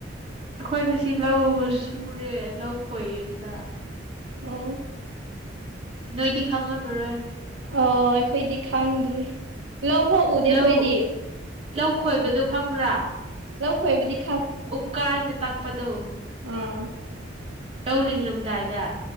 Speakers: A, on the right; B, on the right.
A: ꯑꯩꯈꯣꯏ ꯉꯁꯤ ꯂꯧ ꯁꯨꯔꯦ ꯂꯧ ꯈꯣꯏꯌꯦ ꯈꯔ
B: ꯑꯣ
A: ꯅꯣꯏꯗꯤ ꯈꯪꯉꯝꯃꯔꯣꯏ
B: ꯑꯣ ꯑꯩꯈꯣꯏꯗꯤ ꯈꯪꯗ꯭ꯔꯦ ꯂꯧ ꯍꯎꯗꯦ ꯑꯩꯈꯣꯏꯗꯤ
A: ꯂꯧ ꯂꯧ ꯈꯣꯏꯕꯗꯣ ꯈꯪꯕ꯭ꯔꯥ
B: ꯂꯧꯈꯣꯏꯕꯨꯗꯤ
A: ꯎꯛꯀꯥꯏꯅ ꯇꯥꯛꯄꯗꯣ
B: ꯑꯥ
A: ꯇꯧ ꯂꯤꯡꯡꯂꯝꯗꯥꯏꯗ